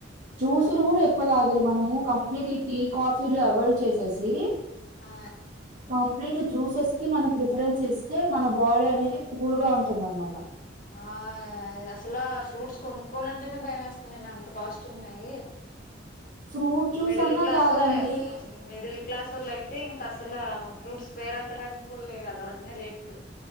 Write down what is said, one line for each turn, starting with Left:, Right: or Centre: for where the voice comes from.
Right: జ్యూసులు
Left: ఆ
Right: కూడా ఎక్కువ తాగలి మనం ఉమ్ కంప్లీట్ ఈ టీ కాఫీలు అవాయిడ్ చేసేసి
Left: ఆ
Right: కంప్లీట్ జ్యూసెస్ కి మనం ప్రిఫరెన్స్ ఇస్తే మన బాడీ అనేది కూల్ గా ఉంటుందనమాట
Left: ఆ అసలు ఫ్రూట్స్ కొనుక్కోవాలంటేనే భయం వేస్తుందండి అంత కాస్ట్ ఉన్నాయి
Right: ఫ్రూట్
Left: ఉమ్
Right: జ్యూస్
Left: మిడిల్
Right: అన్నా
Left: క్లాస్
Right: తాగండి
Left: వోళ్లే ఉమ్ మిడిల్ క్లాస్ వాళ్ళ అయితే ఇంకా అసల ఫ్రూట్స్ పేరెత్తడానికి కూడాలేవ్ అలా ఉన్నాయి రేట్